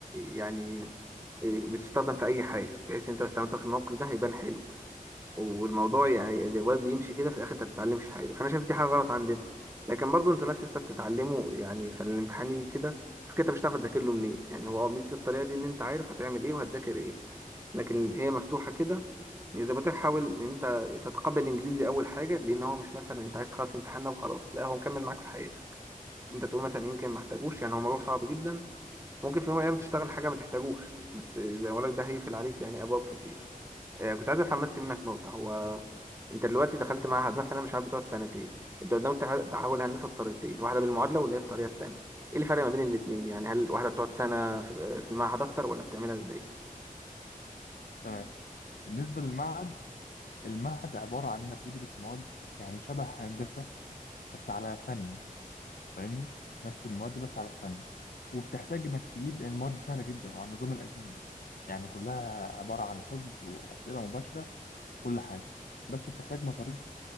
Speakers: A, on the right (about 20°); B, on the left (about 85°).
A: يعني آه، بتستخدم في أي حاجة بحيث أنت لو استخدمتها في الموقف ده هيبان حلو والموضوع يعني الواد بيمشي كده في الاخر انت ما بتتعلمش حاجه فانا شايف دي حاجه غلط عندنا لكن برضو انتوا ناس لسه بتتعلموا يعني فالامتحان يجي كده فكده انت مش هتعرف تذاكر له منين يعني هو آه، ميزه الطريقه دي ان انت عارف هتعمل ايه وهتذاكر ايه لكن هي مفتوحه كده يعني زي ما قلت لك حاول ان انت تتقبل الانجليزي اول حاجه لان هو مش مثلا انت عايز تخلص امتحان ده وخلاص لا هو مكمل معاك في حياتك انت تقول مثلا يمكن ما احتاجوش يعني هو موضوع صعب جدا ممكن في يوم من الايام تشتغل حاجه ما تحتاجوش بس زي ما بقول لك ده هيقفل عليك يعني ابواب كتير آه، كنت عايز افهم بس منك نقطة هو انت دلوقتي دخلت معهد مثلا مش عارف بتقعد سنتين انت قدامك تح- تحول هندسة بطريقتين واحدة بالمعادلة واللي هي الطريقة التانية ايه الفرق ما بين الاتنين يعني هل واحدة بتقعد سنة في آه، في المعهد اكتر ولا بتعملها ازاي؟
B: تمام بالنسبة للمعهد المعهد عبارة عن انك بتدرس مواد يعني شبه هندسة بس على فن فاهمني نفس المواد بس على فن وبتحتاج انك تجيب يعني المواد سهلة جدا وعلى النظام القديم يعني كلها عبارة عن حفظ وأسئلة مباشرة كل حاجة بس بتحتاج مصاريف